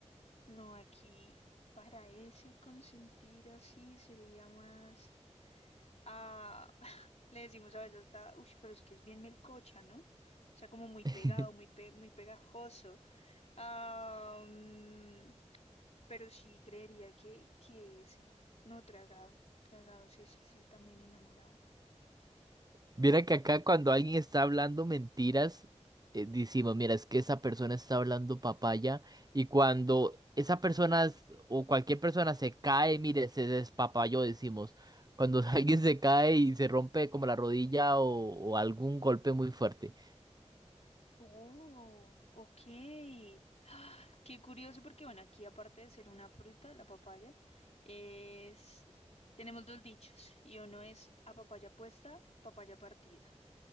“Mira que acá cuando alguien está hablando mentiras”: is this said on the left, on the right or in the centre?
Right